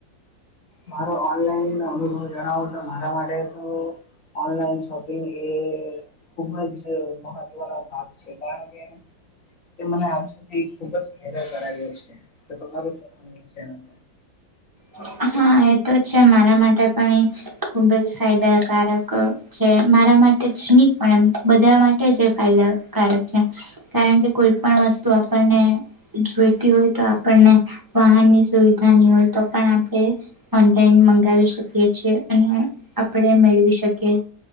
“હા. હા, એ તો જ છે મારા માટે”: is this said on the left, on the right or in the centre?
Right